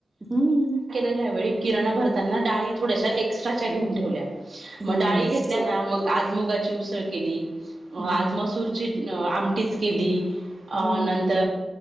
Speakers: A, on the right (about 25°); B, on the right (about 70°).
A: हम
B: यावेळी किरणा भरताना डाळी थोड्याशा एक्स्ट्राच्या घेऊन ठेवल्या. म
A: हम्म.
B: डाळी घेतल्या ना मग आज मुगाची उसळ केली
A: हा
B: आज मसूरची आमटीच केली. अ
A: हम्म
B: नंतर